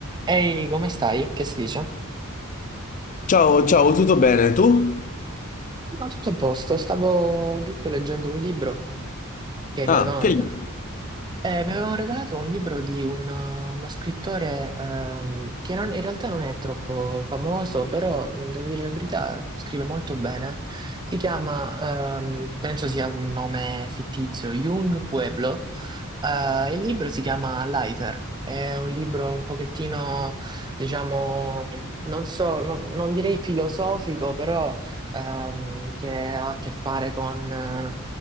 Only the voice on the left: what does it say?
Ciao, ciao, tutto bene? Tu?
Ah,
che
libro?